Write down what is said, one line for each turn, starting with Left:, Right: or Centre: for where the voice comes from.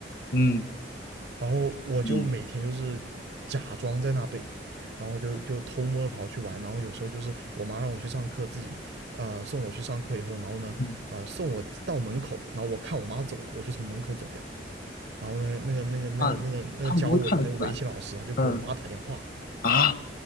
Left: 嗯，
Right: 然后我就每天就是假装在那背，
Left: 你
Right: 然后就就偷摸的跑去玩，然后有时候就是我妈让我去上课，自己呃送我去上课以后，然后呢呃送我到门口，
Left: 嗯，
Right: 然后我看我妈走了，我就从门口走掉，然后呢那个那个那个那个那个教我的那个围棋老师他就给我妈打电话，
Left: 啊，他们不会看得出来。嗯啊，